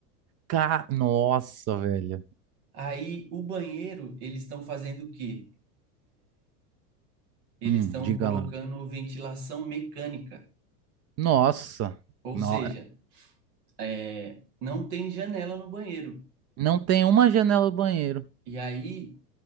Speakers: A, on the right; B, on the right.
A: ca, nossa, velho.
B: Aí o banheiro, eles estão fazendo o quê? Eles
A: Hum,
B: estão
A: diga
B: colocando
A: lá.
B: ventilação mecânica,
A: Nossa,
B: ou
A: no-
B: seja, é, não tem janela no banheiro.
A: não tem uma janela do banheiro.
B: E aí